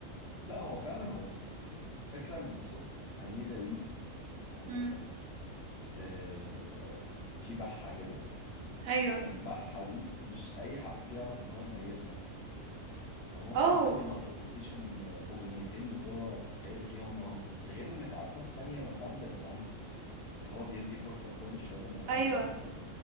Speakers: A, on the left; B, on the right.
A: لا هو فعلا هو أص- أصل الفكرة ان صوت امير عيد آه
B: امم
A: آه في بحة كده
B: ايوه
A: فالبحة دي مش اي حد بيعرف ان هو يميزها فممكن
B: اوه
A: عادي ما تربطيش ان اغنيتين بتوع كايروكي هم هم ده غير ان ساعات ناس تانية من البند بتغني يعني هو بيدي فرصة لكل الشباب اللي معاه
B: ايوه
A: ما شاء الله